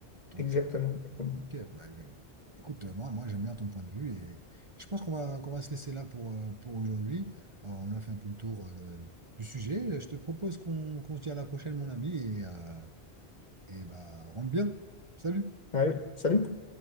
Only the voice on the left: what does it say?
Exactement, exactement.
Ouais, salut.